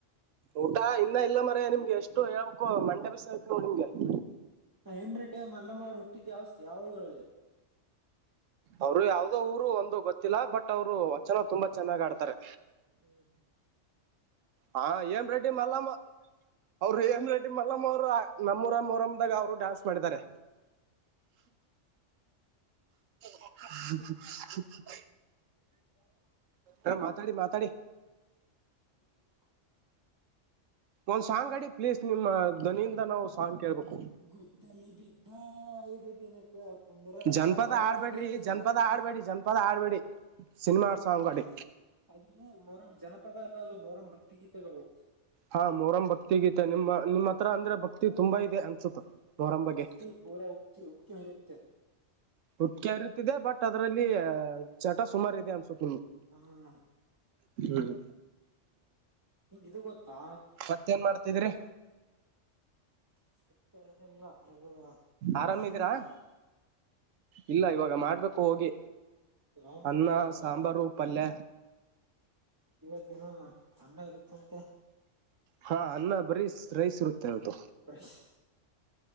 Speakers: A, on the right; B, on the right.
A: ಊಟ ಇನ್ನ ಇಲ್ಲ ಮಾರಾಯ ನಿಮ್ಗೆ ಎಷ್ಟು ಹೇಳ್ಕು ಮಂಡೆ ಬಿಸ ಆತ ನೋ ನಿಮ್ಗೆ <inaudible>
B: ಹೆಂಬ್ರೇಟೆ ಮಲ್ಲಮ್ಮ ಅವ್ರು ಹುಟ್ಟಿದ ಯಾವಸ್ಥತಿ ಯಾವ ಊರಲ್ಲಿ
A: ಅವರು ಯಾವದೋ ಊರು ಒಂದು ಗೊತ್ತಿಲ್ಲ ಬಟ್ ಅವ್ರು ವಚನ ತುಂಬಾ ಚೆನ್ನಾಗ್ ಆಡ್ತಾರೆ
B: ಹ್ಮ್ ಹ್ಮ್
A: ಹಾ ಏಮರೆಡ್ಡಿ ಮಲ್ಲಮ್ಮ ಅವ್ರ ಏಮರೆಡಿ ಮಲ್ಲಮ್ಮ್ ಅವರು ನಮ್ಮೂರ ರಮ್ದಾಗ ಅವರು ಡಾನ್ಸ್ ಮಾಡಿದ್ದಾರೆ <unintelligible>
B: <inaudible>
A: ಹ ಮಾತಾಡಿ ಮಾತಾಡಿ ಒಂದ್ ಸಾಂಗ್ ಅಡೆ ಪ್ಲೀಸ್ ನಿಮ್ಮ ಧ್ನಿಯಿಂದ ನಾವು ಸಾಂಗ್ ಕೇಳ್ಬೇಕು
B: ಗುದ್ದಲಿ ಬಿದ್ದ ಐದು ದಿನಕ್ಕ ಕುಂದ್ರ
A: ಜನ
B: ತಾವ
A: ಜನಪದ ಆಡ್ಬೇಡ್ರಿ
B: ದೇವರ
A: ಜನಪದ ಆಡ್ಬೇಡಿ ಜನಪದ ಆಡ್ಬೇಡಿ ಸಿನಿಮಾ ಸಂಗ್ ಅಡಿ
B: ಅದು ಮೊರಮ್ ಜನಪದ ಅಲ್ಲದು ಮೋರಮ್ ಭಕ್ತಿ ಗೀತೆಗಳು
A: ಹಾ ಮೊಹರಂ ಭಕ್ತಿ ಗೀತೆ ನಿಮ್ಮ ನಿಮ್ಮ್ ಹತ್ರ ಅಂದ್ರೆ ಭಕ್ತಿ ತುಂಬಾ ಇದೆ ಅನ್ಸುತ್ತ ಮೊಹರಂ ಬಗ್ಗೆ
B: ಭಕ್ತಿ ಪೂರಾ ಉಕ್ತಿ ಉಕ್ತಿ ಹರಿಯತ್ತೆ
A: ಉಟ್ಟಕಿ ಅರಿತಿದೆ ಬಟ್ ಅದ್ರಲ್ಲಿ ಚಟ ಸುಮಾರು ಇದೆ ಅನ್ಸುತ್ತೆ
B: <unintelligible>
A: ಹ್ಮ್
B: ನಿಂಗ್ ಇದು ಗೊತ್ತಾ
A: ಮತ್ತೇನ್ ಮಾಡ್ತಿದ್ರಿ
B: <unintelligible> ಊಟ
A: ಆರಾಮಿದೀರಾ
B: ಏನ್ ಮಾಡಿದ್ಯ
A: ಇಲ್ಲ ಇವಾಗ ಮಾಡ್ಬೇಕು ಹೋಗಿ
B: ಯಾವ ಮಾಡ್ತೀರ
A: ಅನ್ನ
B: ಊಟ
A: ಸಾಂಬಾರು ಪಲ್ಯ.
B: ಇವತ್ತ ದಿನ ಅಣ್ಣ ಇರುತ್ತಂತೆ.
A: ಹಾ ಅನ್ನ ಬರೀ ರೈಸ್ ಇರುತ್ತೆ ಇವ್ತ್.
B: ರೈಸ್